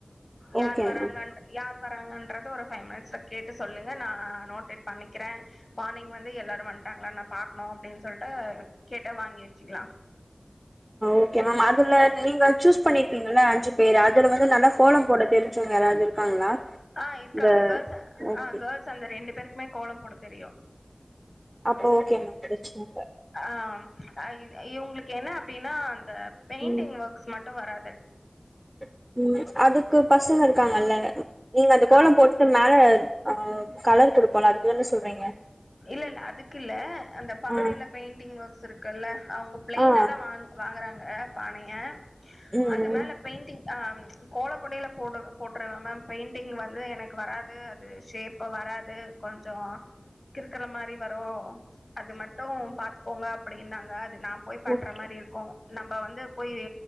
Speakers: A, on the left (about 60°); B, on the right (about 20°).
A: யார்
B: ஓகே
A: வராங்க
B: மேம்
A: யார் வராங்கன்றது ஒரு ஃபைவ் மினிட்ஸ்ல கேட்டு சொல்லுங்க நான் நோட்டேட் பண்ணிக்கிறே மார்னிங் வந்து எல்லாரும் வன்ட்டாங்களான்னு ந பாக்கணும் அப்படினு சொல்லிட்டு கேட்ட வாங்கி வச்சுக்கலாம்
B: ஓகே மேம் அதுல நீங்க சூஸ் பண்ணிருக்கிங்ள அஞ்சு பேரு அதுல வந்து நல்லா கோலம் போட தெரிஞ்சவங்க யாராவது இருக்காங்களா
A: ஆஹ் இருக்காங்க
B: இந்த
A: கேர்ள்ஸ்
B: ஓகே
A: ஆஹ் கேர்ள்ஸ் அந்த ரெண்டு பேரு மே கோலம் போட தெரியும்
B: அப்ப ஓகே மேம் பிரச்சன இல்ல
A: ஆஹ் இவ இவங்களுக்கு என்ன அப்டின்னா அந்த பெயிண்டிங்
B: ம்
A: ஒர்க்ஸ் மட்டும் வராது
B: <inaudible> ம் அதுக்கு பசங்க இருக்காங்கல்ல நீங்க அந்த கோலம்
A: அ
B: போட்டுட்டு மேல ஆஹ் கலர் கொடுப்போல அதுக்குதானே சொல்றீங்க
A: இல்ல இல்ல அதுக்கு இல்ல அந்த பானையில
B: ஆ
A: பெயிண்டிங் ஒர்க்ஸ் இருக்குல அவங்க பிளைனாதா
B: ஆ
A: வாங் வாங்கறாங்க பானைய
B: ம்
A: அது
B: ம்
A: மேல பெயிண்டிங் ஆம் கோலப்பொடியில போடு போற்றவ மேம் பெயிண்டிங் வந்து எனக்கு வரா து அது ஷேப்பா வரா அது கொஞ்சம் கிருக்கிற மாறி வ ரும் அது மட்டும் பாத்துக்கோங்க அப்டின்னாங்க நா போய் பண்ற
B: ஓகே.
A: மாறி இருக்கு நம்ப வந்து போய்